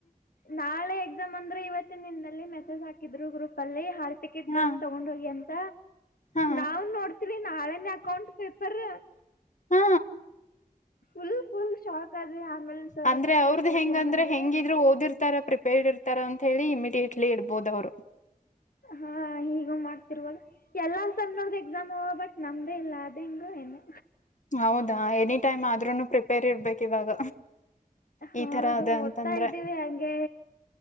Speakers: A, on the left (about 80°); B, on the left (about 55°).
A: ನಾಳೆ ಎಕ್ಸಾಮ್ ಅಂದ್ರೆ ಇವತ್ತಿನ ದಿನದಲ್ಲಿ ಮೆ ಹಾಕಿದ್ರು ಗ್ರೂಪ್ ಅಲ್ಲಿ ಹಾ ಟಿಕೆಟ್
B: ಹಾ
A: ಬಂದ ತಗೊಂಡ್ ಹೋಗಿ ಅಂತ
B: ಹಾ
A: ನಾವ್ ನೋಡ್ತೀವಿ ನಾಳನೇ ಅಕೌಂಟ್ ಪೇಪರ್
B: ಹ್ಮ
A: ಫುಲ್ ಫುಲ್ ಶಪ್ ಸರಿ ಆಮೇಲೆ ಸರ್
B: ಅಂದ್ರೆ
A: ಹತ್ರ ಎಲ್ಲಾ
B: ಅವ್ರದ
A: ಕೇಳ್ಕೊಂಡ್
B: ಹೆಂಗ ಅಂದ್ರೆ
A: ಬಂದ್ವಿ
B: ಹೆಂಗಿದ್ರು ಓದಿರ್ತಾರ ಪ್ರಿಪೇರ್ಡ್ ಇರ್ತ ಇತಾರ ಅಂತ ಹೇಳಿ ಇಮಿಡಿಯೇಟ್ಲಿ ಇಡ್ಬಹದು ಅವ್ರು
A: ಹಾ ಹೀಗ ಮಾಡ್ತಿರ್ರುವ ಎಲ್ಲ ಸಣ ನೋರ್ಧೋ ಎಕ್ಸಾಮ್ ಬಟ್ ನಮ್ದೇ ಇಲ್ಲ ಅದ ಹೆಂಗು ಏನು
B: ಹೌದಾ ಎನಿ ಟೈಮ್ ಆದ್ರೂನು ಪ್ರಿಪೇರ್ ಇರ್ಬೇಕು ಇವಾಗ ಈ
A: ಹೌದು
B: ತರ ಅದ ಅಂತಂದ್ರೆ
A: ಓದ್ತಾ ಇದ್ದೀವಿ ಹಂಗೆ